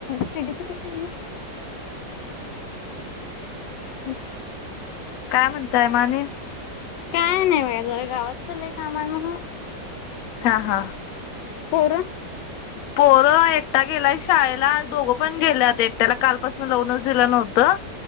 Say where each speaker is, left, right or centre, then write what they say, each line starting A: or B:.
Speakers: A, on the left (about 80°); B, on the left (about 70°).
A: शिर्डीच कसय <unintelligible>
B: काय म्हणताय मामहीन.
A: काय नाही बा <unintelligible> गावात चालंय काम एक म्हणून.
B: हा हा.?
A: पोर
B: पोरं, ! एकटा गेलाय शाळेला दोघं पण गेलेत एकट्याला कालपासून जाऊनच दिलं नव्हतं.